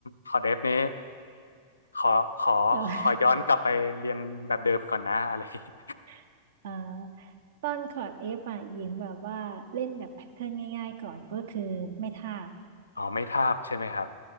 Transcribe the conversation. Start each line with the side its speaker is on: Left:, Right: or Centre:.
Left: คอร์ด F นี้ขอขอขอย้อนกลับไปเรียนแบบเดิมก่อนนะอะไรอย่างเงี้ย
Right: แต่ว่า <laughs> เอ่อต้นคอร์ด F อ่ะหญิงแบบว่าเล่นแบบแพทเทิร์นง่ายๆก่อนก็คือไม่ทาบ
Left: อ๋อไม่ทาบใช่ไหมครับ